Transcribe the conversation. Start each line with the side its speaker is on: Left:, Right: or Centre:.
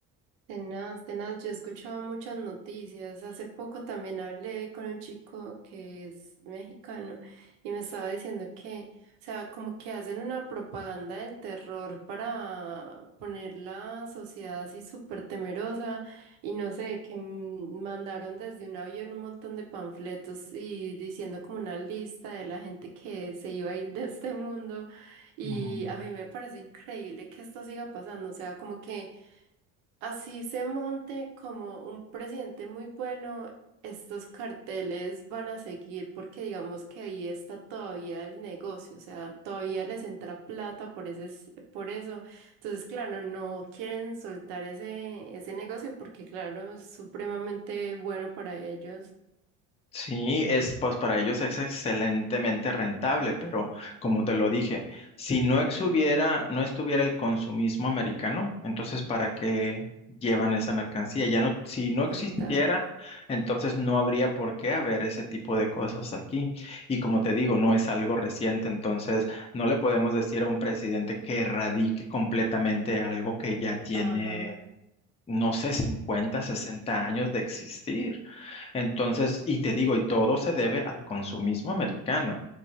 Right: Tenaz, tenaz, yo he escuchado muchas noticias. Hace poco también hablé con un chico que es mexicano y me estaba diciendo que, o sea, como que hacen una propaganda del terror para poner la sociedad así súper temerosa y no sé, que mm, mandaron desde un avión un montón de panfletos y diciendo como una lista de la gente que se iba a ir de este mundo y
Left: Mm.
Right: a mí me parece increíble que esto siga pasando, o sea, como que... Así se monte como un presidente muy bueno, estos carteles van a seguir porque digamos que ahí está todavía el negocio, o sea, todavía les entra plata por ese, s- por eso. Entonces, claro, no quieren soltar ese, ese negocio porque, claro, es supremamente bueno para ellos.
Left: Sí, es pues para ellos es excelentemente rentable, pero como te lo dije, si no exhubiera, no estuviera el consumismo americano, entonces ¿para qué llevan esa mercancía? Ya no, si no existiera,
Right: Total.
Left: entonces no habría por qué haber ese tipo de cosas aquí. Y como te digo, no es algo reciente, entonces no le podemos decir a un presidente que erradique completamente algo que ya tiene
Right: Ajá.
Left: no sé, 50 60 años de existir. Entonces, y te digo, y todo se debe al consumismo americano.